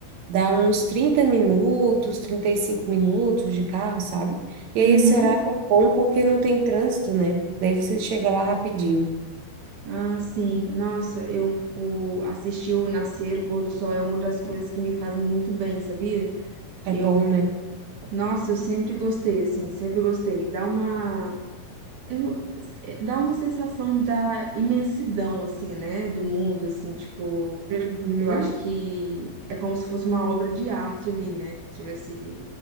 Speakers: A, on the right; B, on the right.
A: Dá uns 30 minutos, 35 minutos de carro, sabe? E aí
B: Uhum.
A: esse horário é bom porque não tem trânsito, né? Daí você chega lá rapidinho.
B: Ah, sim. Nossa, eu o, assistir o nascer, o pôr do sol é uma das coisas que me fazem muito bem, sabia?
A: É
B: Eu,
A: bom, né?
B: nossa, eu sempre gostei, assim, sempre gostei. Dá uma, eu, é, dá uma sensação da imensidão, assim, né, do mundo, assim, tipo,
A: Uhum.
B: eu acho que é como se fosse uma obra de arte ali, né, que tivesse, que